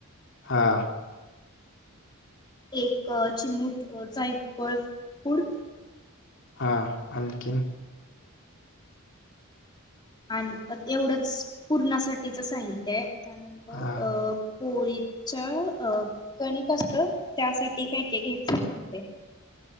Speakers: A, on the left; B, on the left.
A: हा.
B: एक चिमूट जाई पळ पूड,
A: हा आणखीन.
B: आणि एवढंच पूर्णासाठीचं साहित्य आहे त्यानंतर
A: हा
B: अं पोळीच्या अ कणिक असत त्यासाठी काय काय घ्यालं सांगते.